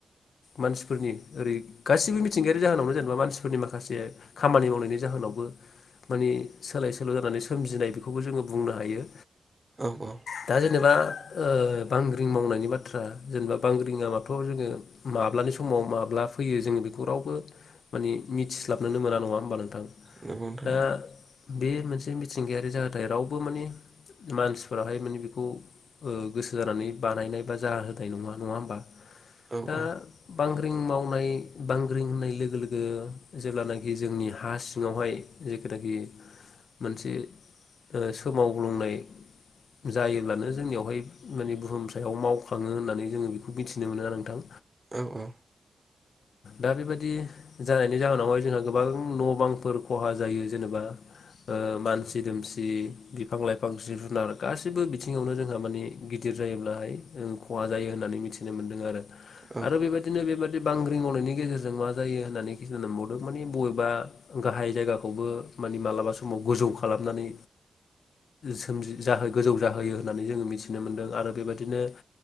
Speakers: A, on the left (about 75°); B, on the right (about 25°).
A: मानसिफोरनि ओरै गासिबो मिथिंगायारि जाहोनावनो जेनेबा मानसिफोरनि माखासे खामानि मावनायनि जाहोनावबो माने सोलाय सोल' जानानै सोमजिनाय बेखौबो जोंङो बुंनो हायो
B: औ औ
A: दा जेनेबा ओ बांग्रिं मावनायनि बाथ्रा जेनेबा बांग्रिं मावथ' जोंङो माब्लानि समाव माब्ला फैयो जोंङो बेखौ रावबो माने मिथिस्लाबनोनो मोना नङा होमबा नोंथां?
B: नं गौ नोंथां
A: दा
B: नंगौ
A: बे मोनसे मिथिंगायारि जाहाथाय रावबो माने मानसिफोराहाय माने बेखौ गोसो जानानै बानायनाय बा जाह होनोनाय नङा नङा होमबा
B: औ
A: दा
B: औ
A: बांग्रिं मावनाय बांग्रिं होननाय लोगो लोगो जेब्लानाखि जोंनि हा सिङावहाय जेखनाखि मोनसे सोमावग्लुंनाय जायोब्लानो जोंनियावहाय माने बुहुम सायाव मावखाङो होननानै जोंङो बेखौ मिथिनो मोना नोंथां।
B: औ औ
A: दा बेबायदि जानायनि जाहोनावहाय जोंहा गोबां न' बांफोर खहा जायो जेनेबा ओ मानसि दुमसि बिफां लाइफां जिब जुनार गासैबो बिथिङावनो जोंहा मानिे गिदिर जायोब्लाहाय खहा जायो होननानै मिथिनो मोन्दों आरो आरो
B: औ
A: बेबायदिनो बेबादिनो बांग्रिं मावनायनि गेजेरजों मा जायो होननानै खिनानै मोनबावदों माने बबेबा गाहाय जायगाखौबो माने मालाबा समाव गोजौ खालामनानै सोमजि जाहो गोजौ जाहोयो। होननानै जोंङो मिथिनो मोन्दों आरो बेबायदिनो